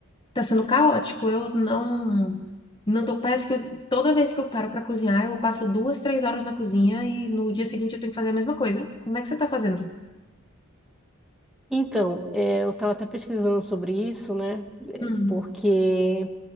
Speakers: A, on the left; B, in the centre.
A: tá sendo caótico. Eu não não tô, parece que eu- toda vez que eu paro para cozinhar, eu passo duas, três horas na cozinha e no dia seguinte eu tenho que fazer a mesma coisa. Como é que você tá fazendo?
B: Então, é, eu estava até pesquisando sobre isso, né? É,
A: Hum,
B: Porque